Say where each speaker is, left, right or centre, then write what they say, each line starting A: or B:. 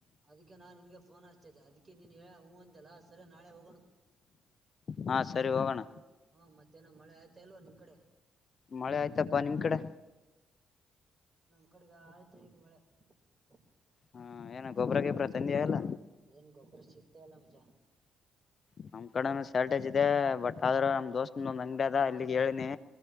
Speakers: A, on the right; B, on the left.
A: ಅದಕ್ಕೆ ನಾನ್ ನಿನ್ಗೆ ಫೋನ್ ಹಸ್ತತೆ ಅದಿಕ್ಕೆ ನೀನ್ ಹೇಳ ಹೂ ಅಂತೆಲ್ಲ ಸರಿ ನಾಳೆ ಹೋಗ
B: ಹಾ ಸರಿ ಹೋಗೋಣ
A: ಹ್ಮ್ ಮತ್ತೇನ ಮಳೆ ಆಯ್ತಾ ಇಲ್ವಾ ನಿಮ್ ಕಡೆ
B: ಮಳೆ ಆಯ್ತಪ್ಪಾ ನಿಮ್ ಕಡೆ
A: ನಮ್ ಕಡೆಗೆ ಆಯ್ತು ಈಗ ಮಳೆ ಹ್ಮ
B: ಹ್ಮ ಏನ ಗೊಬ್ರ ಗಿಬ್ರ ತಂದಿ ಎಲ್ಲ
A: ಏನ್ ಗೊಬ್ಬರ ಸಿಗ್ತಾ ಇಲ್ಲ ಮಜ
B: ನಮ ಕಡೆ ಶಾರ್ಟೇಜ್ ಇದೆ ಬಟ್ ಆದ್ರೂ ನಮ್ ದೋಸ್ತನೊಂದ್ ಅಂಗಡಿ ಅದ ಇಲ್ಲಿಗೆ ಹೇಳನಿ